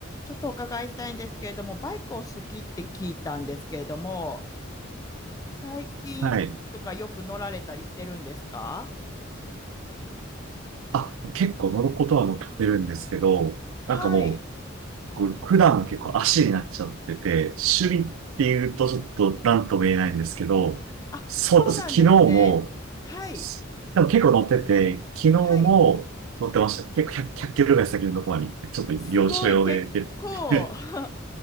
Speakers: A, on the left; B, on the right.
A: ちょっとお伺いしたいんですけれども、バイクを好きって聞いたんですけれども、最近とかよく乗られたりしてるんですか
B: はい。あ、結構乗ることは乗ってるんですけど、
A: はい。
B: なんかもう、こう普段は結構足になっちゃってて、趣味っていうとちょっと何とも言えないんですけど、
A: あ、
B: そうです。
A: そうなんですね。
B: 昨日も、
A: はい。
B: すでも結構乗ってて、昨日も乗ってました。
A: はい。
B: 結構100、ひゃっキロぐらい先のところに、ちょっと要所要で行って
A: すごい、結構 <laughs>